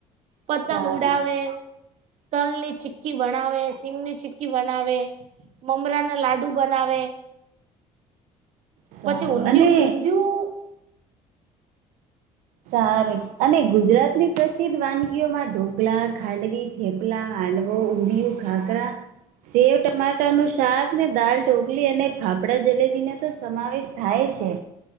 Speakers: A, on the right (about 60°); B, on the right (about 80°).
A: પતંગ
B: સારી
A: ઉડાવે તલની ચીકી બનાવે સિંગની ચીકી બનાવે. મમરા ના લાડુ બનાવે,
B: સારું
A: પછી ઊંધિયું
B: અને
A: ઊંધિયું
B: સારુ અને ગુજરાત ની પ્રસિદ્ધ વાનગીઓમાં ઢોકળા, ખાંડવિ, થેપલા, હાંડવો, ઉંધિયું, ખાખરા, સેવ ટમાટાનું શાક ને દાલ ઢોકલી અને ફાફડા જલેબી ને તો સમાવેશ થાય છે.